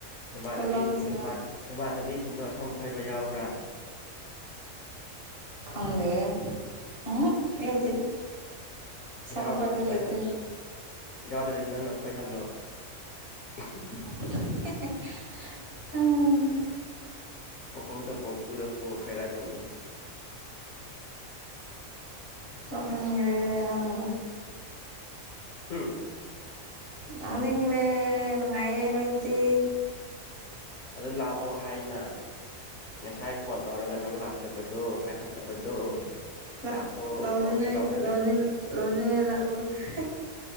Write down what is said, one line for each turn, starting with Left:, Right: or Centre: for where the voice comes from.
Left: ꯅꯃꯥꯟꯅꯕꯤꯁꯤꯡ
Right: ꯈꯨꯂꯥꯡꯁꯤꯃ
Left: ꯅꯃꯥꯟ ꯅꯃꯥꯟꯅꯕꯤꯁꯤꯡꯗꯣ ꯁꯝ ꯈꯣꯏꯕ ꯌꯥꯎꯕ꯭ꯔꯥ
Right: ꯈꯪꯗꯦ <unintelligible>
Left: ꯏꯁ
Right: ꯌꯥꯎꯗꯦ ꯁꯝ
Left: ꯌꯥꯎꯗ꯭ꯔꯗꯤ
Right: ꯈꯣꯏꯕ
Left: ꯈꯣꯏꯍꯜ
Right: ꯂꯩꯇꯦ
Left: ꯌꯥꯎꯗ꯭ꯔꯗꯤ ꯅꯪꯅ ꯈꯣꯏꯍꯜꯂꯣ <unintelligible>
Right: <unintelligible> ꯎꯝ
Left: ꯃꯀꯣꯛꯇ ꯄꯪꯐꯨꯗ ꯐꯨ ꯈꯣꯏꯔꯛꯀꯅꯤ
Right: ꯅꯣꯛꯅꯤꯡꯒ꯭ꯔꯦ ꯅꯪꯗꯨ
Left: ꯎꯝ
Right: ꯇꯥꯅꯤꯡꯗꯦ ꯅꯨꯉꯥꯏꯌꯦ ꯅꯣꯏꯇꯤ
Left: ꯑꯗꯨ ꯂꯥꯛꯑꯣ ꯍꯥꯏꯅ ꯉꯁꯥꯏ ꯐꯣꯟ ꯇꯧꯔꯒ ꯅꯪ ꯂꯥꯛ ꯐꯠꯇꯕꯗꯣ ꯄꯥꯏꯈꯠꯇꯕꯗꯣ
Right: ꯂꯥꯛ
Left: ꯂꯥꯛꯑꯣ
Right: ꯂꯥꯎꯅꯤꯡꯉꯥꯏ
Left: ꯀꯧꯒꯦ ꯇꯧꯔꯒ
Right: ꯂꯣꯅꯤꯡ ꯂꯣꯅꯤꯡꯉꯥꯏ ꯂꯥꯛꯎ <unintelligible>